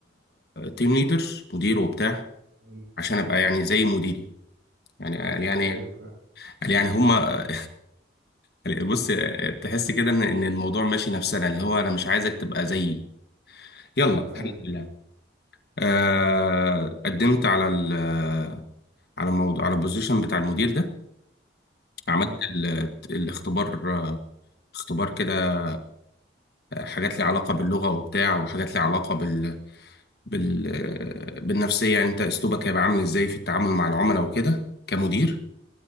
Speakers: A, on the left (about 55°); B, on the right (about 80°).
A: تيم ليدر مدير وبتاع
B: مم.
A: عشان ابقى يعني زي مديري يعني قال يعني
B: ايوه فاهم
A: قال يعني هما <laughs> بص تحس كده ان ان الموضوع ماشي نفسنا اللي هو انا مش عايزك تبقى زيي يلا
B: ايوه
A: الحمد لله آه قدمت على ال آه، على الموضوع على البوزيشن بتاع المدير ده عملت
B: اه
A: ال- الاختبار آه، اختبار كده آه، حاجات ليها علاقة باللغة وبتاع وحاجات ليها علاقة بال... بال... آه، بالنفسية يعني انت اسلوبك هيبقى عامل ازاي في التعامل مع العملاء وكده كمدير